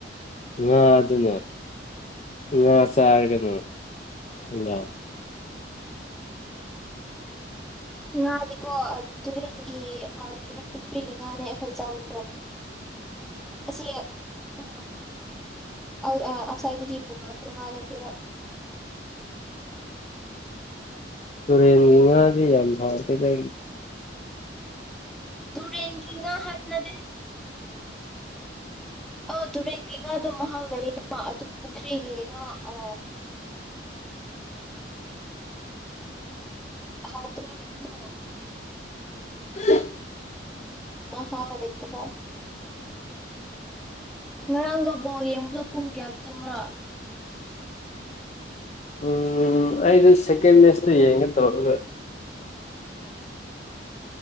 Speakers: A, on the left (about 35°); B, in the centre.
A: ꯉꯥ ꯑꯗꯨꯅ ꯉꯥ ꯆꯥꯔꯒꯅ ꯍꯪꯒꯥꯝꯃꯤ
B: ꯉꯥꯗꯤꯀꯣ ꯇꯨꯔꯦꯟꯒꯤ ꯀꯩꯅꯣ ꯄꯨꯈ꯭ꯔꯤꯒꯤ ꯉꯥꯅꯦ ꯑꯩꯈꯣꯏ ꯆꯥꯕꯗꯣ ꯑꯁꯤ ꯎꯝ ꯑꯥꯎꯠꯁꯥꯏꯗꯗꯒꯤ ꯄꯨꯔꯛꯄ ꯉꯥ ꯅꯠꯇꯦꯕ
A: ꯇꯨꯔꯦꯟꯒꯤ ꯉꯥꯗꯤ ꯌꯥꯝ ꯐꯥꯎ ꯀꯦꯗ
B: ꯇꯨ ꯔꯦꯒꯤꯤꯉ ꯍꯥꯠꯅꯗꯦ ꯑꯧ ꯇꯨꯔꯦꯟꯒꯤ ꯉꯥꯗꯣ ꯃꯍꯥꯎ ꯂꯩꯅ ꯑꯗꯨ ꯄꯨꯈ꯭ꯔꯤꯒꯤ ꯉꯥ ꯀ ꯍꯥꯎꯗꯂ ꯏꯗꯨ
A: <unintelligible>
B: ꯃꯍꯥꯎ ꯂꯩꯇꯕ ꯉꯔꯥꯡ ꯅꯕꯣ ꯌꯦꯡꯉꯗꯣ ꯄꯨꯡ ꯀꯌꯥꯟ ꯇꯨꯝ꯭ꯔꯣ
A: ꯎꯝ ꯑꯩꯗꯤ ꯁꯦꯀ ꯃꯦꯁꯇ ꯌꯦꯡꯉꯦ ꯇꯧꯔꯒ